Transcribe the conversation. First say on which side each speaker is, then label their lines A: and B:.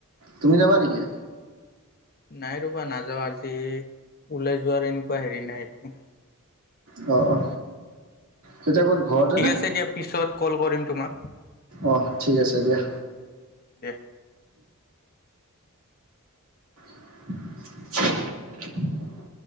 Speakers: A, on the right; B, on the left.
A: তুমি যাবা নেকি?
B: নাই ৰ'বা নাযাওঁ আজি ওলাই যোৱাৰ এনে। কুৱা হেৰি নাই একো
A: অ। তেতিয়া ক'ত ঘৰতে
B: ঠিক
A: নে?
B: আছে দিয়া পিছত কল কৰিম তোমাক।
A: অ', ঠিক আছে দিয়া।
B: দে।
A: <unintelligible>